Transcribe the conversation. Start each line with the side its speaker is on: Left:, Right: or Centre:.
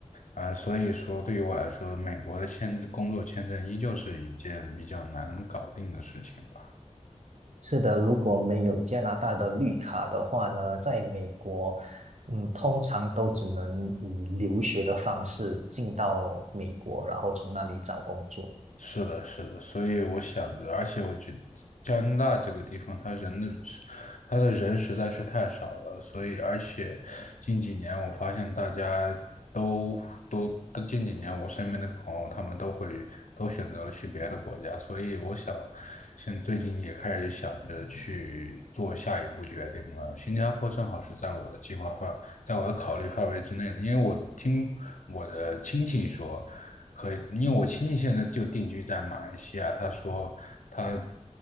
Left: 呃，所以说对于我来说，美国的签工作签证依旧是一件比较难搞定的事情吧。
Right: <laughs> 是的，如果没有加拿大的绿卡的话呢，在美国，嗯，通常都只能以留学的方式进到美国，然后从那里找工作。
Left: 是的，是的，所以我想着，而且我觉加拿大这个地方，它人的是，它的人实在是太少了，所以而且近几年我发现大家都都都近几年我身边的朋友，他们都会都选择了去别的国家，所以我想现最近也开始想着去做下一步决定了。新加坡正好是在我的计划范，在我的考虑范围之内的，因为我听我的亲戚说。可以，因为我亲戚现在就定居在马来西亚，他说他